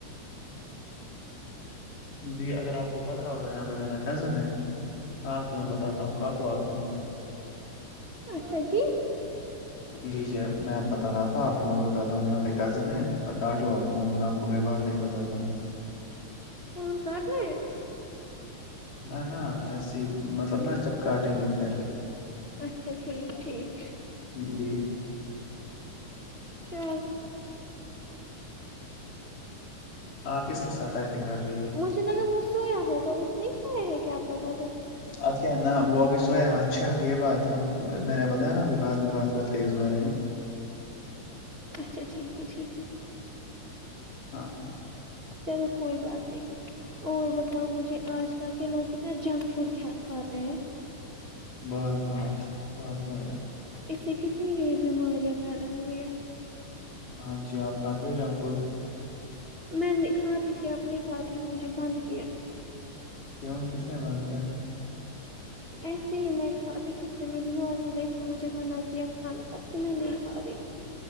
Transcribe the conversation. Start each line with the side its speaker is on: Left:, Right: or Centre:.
Left: جی اگر آپ کو پتا ہوتا یہاں پہ میرا کزن ہے آپ کو میں بتاتا ہوں کٹو آپ فون
Right: اچھا جی
Left: جی جی میں اب بتا رہا تھا آپ کو آپ کو میں بتاتا ہوں یہاں پہ کزن ہے کاٹو آپ فون آپ کو میرے بات ایک بت
Right: فون کاٹنا ہے
Left: نہ نہ ایسے مطلب نا جب کاٹیں گے پھر
Right: اچھا ٹھیک ٹھیک
Left: جی
Right: ا
Left: آپ کس کے ساتھ ٹائپنگ کر رہی ہو
Right: مجھے لگا وہ سویا ہوگا وہ نہیں سویا ہے کیا آپ ہوگا س
Left: ا کیا ہے نا وہ ابھی سویا اچھا یہ بات ہے میں نے بتایا نا ابھی بعد میں بات کرتے اس بارے میں
Right: اچھا ٹھیک ہے ٹھیک ہے
Left: ہاں
Right: چلو کوئی بات نہیں اور بتاؤ مجھے آج کل کے لوگ کتنا جنک فوڈ کھاتے ہیں
Left: بہت بہت بہت زیادہ
Right: اس سے کتنی یہ بیماریاں پیدا ہوئی ہے
Left: ہاں جی آپ کھاتی ہو جنک فوڈ
Right: میں کھاتی تھی اپ نہیں کھاتی ہوں مجھے بند کیا
Left: کیوں کس نے بان کیا
Right: ایسے ہی میں کھاتی تھی پھر میں بیمار ہو گئی پھر مجھے منع کیا کھانا کب سے میں نہیں کھا رہی